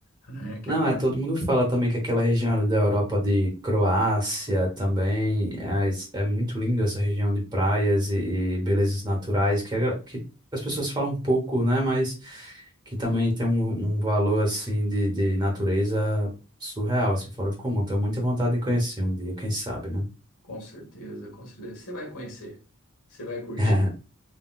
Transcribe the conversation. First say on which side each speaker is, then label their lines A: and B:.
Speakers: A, on the left; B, on the right.
A: né? Que
B: Não,
A: eu
B: é, todo mundo fala também que aquela região ali da Europa de Croácia também é, es- é muito lindo essa região de praias e, e belezas naturais que, a gra- que as pessoas falam um pouco, né? Mas que também tem um, um valor assim de, de natureza surreal, assim, fora do comum. Tenho muita vontade de conhecer um dia, quem sabe, né?
A: Com certeza, com certeza. Você vai conhecer, você vai curtir,
B: <laughs>